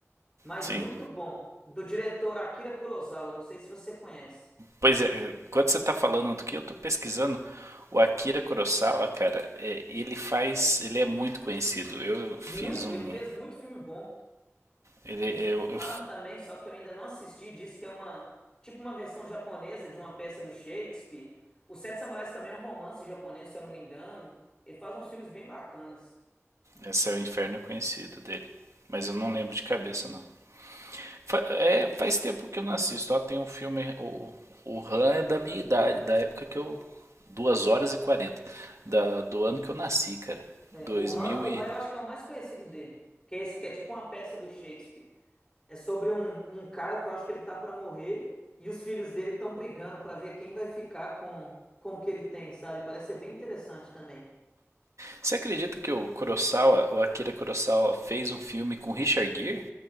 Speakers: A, on the left; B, on the right.
A: mas
B: Sim.
A: muito bom, do diretor Akira Kurosawa, não sei se você conhece.
B: Pois é, quando você tá falando do que eu tô pesquisando, o Akira Kurosawa, cara, é, ele faz, ele é muito conhecido. Eu
A: Muito,
B: fiz um,
A: ele fez muito filme bom.
B: ele,
A: Ele fez
B: eu,
A: o Ram
B: eu,
A: também, só que eu ainda não assisti. Diz que é uma, tipo uma versão japonesa de uma peça do Shakespeare. os Sete Samurais também é um romance japonês, se eu não me engano. Ele faz uns filmes bem bacanas.
B: esse é o inferno conhecido dele, mas eu não lembro de cabeça não. Fa, é, faz tempo que eu não assisto. Ó, tem um filme, o, o Han é da minha idade, da época que eu, 2 horas e 40 da, do ano que eu nasci, cara,
A: É,
B: dois
A: o Ram,
B: mil
A: o
B: e...
A: Ram eu acho que é o mais conhecido dele, que é esse que é tipo uma peça do Shakespeare. É sobre um, um cara que eu acho que ele tá pra morrer e os filhos dele estão brigando pra ver quem vai ficar com com o que ele tem, sabe? Parece ser bem interessante também.
B: Você acredita que o Kurosawa, o Akira Kurosawa fez um filme com Richard Gere?